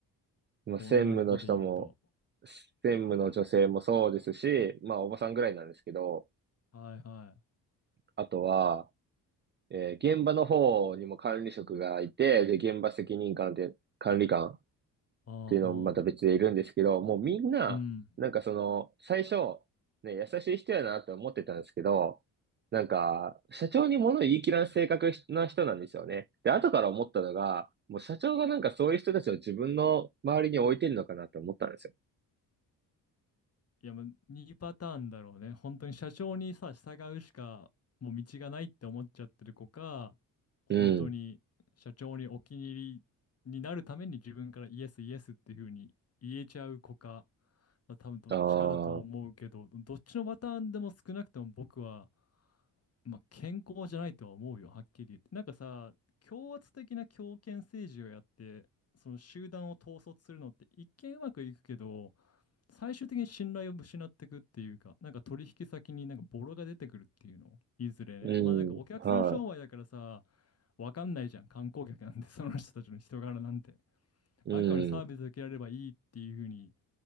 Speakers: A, on the right (about 25°); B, on the left (about 30°).
A: まあ、
B: 女の子で言うと。
A: 専務の人も、専務の女性もそうですし、
B: あー
A: まあおばさんぐらいなんですけど、
B: はいはい。
A: あとは、えー現場の方にも管理職がいて、で、現場責任官で、管理官っ
B: うんうん。
A: ていうのもまた別でいるんですけど、もうみんな、
B: うん。
A: なんかその、最初、ね、優しい人やなって思ってたんですけど、なんか、社長に物言い切らん性格な人なんですよね。で、後から思ったのが、もう社長がなんかそういう人たちを自分の周りに置いてるのかなって思ったんですよ。
B: いや、もう2パターンだろうね。本当に社長にさ、従うしかもう道がないって思っちゃってる子か、本当に社長にお気に入
A: うん。
B: りになるために自分からイエスイエスっていうふうに言えちゃう子か、まあ、多分どっちかだとは思うけど、
A: ああ、
B: どっちのパターンでも少なくとも僕は、まあ、健康じゃないとは思うよ、はっきり言って。なんかさ、強圧的な強権政治をやって、その集団を統率するのって一見うまくいくけど、最終的に信頼を失っていくっていうか、なんか取引先になんかボロが出てくるっていうの、いずれね。
A: うん、
B: まあなんかお客さん商売だからさ、
A: は
B: わかんないじゃん、観光客なんて、その人たちの人柄なんて。
A: い、
B: あくまでサービスを受けられればいいっていうふうに、
A: うん、